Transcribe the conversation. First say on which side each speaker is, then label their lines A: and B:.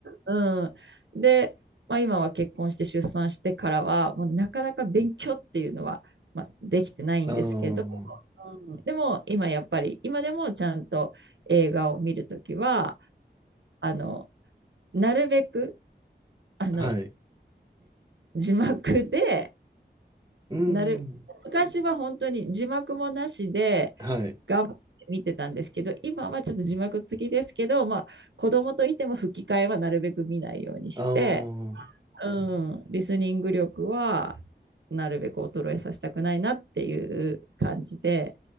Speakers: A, on the right; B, on the right.
A: うん。で、まあ、今は結婚して出産してからは、もうなかなか勉強っていうのは、まあ、できてないんですけど、
B: ああ、
A: うんでも今やっぱり今でもちゃんと映画を見るときはあのなるべくあの
B: はい。
A: 字幕で
B: うん。
A: なる昔は本当に字幕もなしで
B: はい。
A: 頑張って見てたんですけど今はちょっと字幕付きですけど、まあ、子供といても吹き替えはなるべく見ないようにして、
B: ああ。
A: うん、リスニング力はなるべく衰えさせたくないなっていう感じで